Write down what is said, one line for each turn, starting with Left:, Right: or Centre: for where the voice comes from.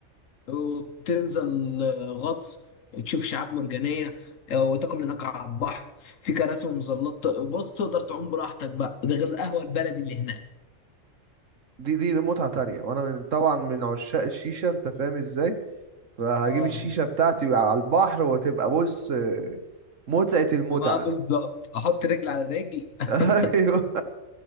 Left: وتنزل آه، غطس تشوف شعاب مرجانيه آه، وتاكل هناك على البحر في كراسي ومظلات بص تقدر تعوم براحتك بقى ده غير القهوه البلدي اللي هناك
Right: دي دي متعة تانية وانا من طبعا من عشاق الشيشة انت فاهم ازاي فهجيب
Left: اه
Right: الشيشة بتاعتي على البحر وتبقى بص متعة المتعة
Left: ما بالظبط احط رجل على رجل <laughs>
Right: <laughs> ايوه